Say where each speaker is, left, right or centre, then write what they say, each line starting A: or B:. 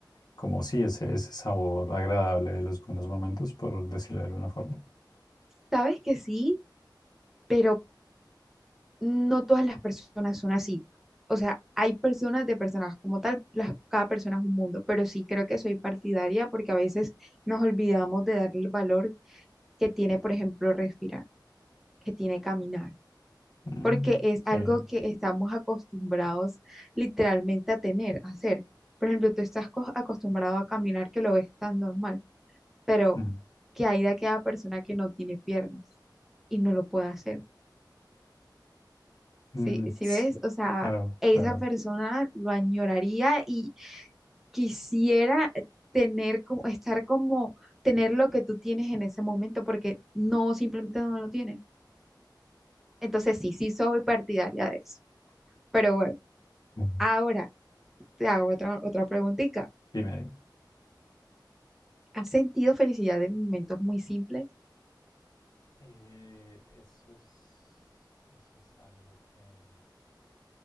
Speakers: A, on the left; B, in the centre.
A: como sí, ese, ese sabor agradable de los buenos momentos, por decirlo de alguna forma.
B: sabes que sí, pero no todas las personas son así. O sea, hay personas de personas como tal, las, cada persona es un mundo, pero sí creo que soy partidaria porque a veces nos olvidamos de darle el valor que tiene, por ejemplo, respirar, que tiene caminar,
A: Mm,
B: porque es algo
A: sí.
B: que estamos acostumbrados literalmente a tener, a hacer. Por ejemplo, tú estás co- acostumbrado a caminar que lo ves tan normal, pero
A: Mm,
B: que hay de aquella persona que no tiene piernas y no lo puede hacer.
A: mm,
B: Sí, si
A: sí,
B: ves, o sea,
A: claro,
B: esa
A: claro.
B: persona lo añoraría y quisiera tener como, estar como, tener lo que tú tienes en ese momento, porque no, simplemente no lo tienes. Entonces, sí, sí soy partidaria de eso. Pero bueno,
A: Ujú.
B: ahora te hago otra, otra preguntita.
A: Dime.
B: ¿Has sentido felicidad en momentos muy simples?
A: Eh, eso es, eso es algo que,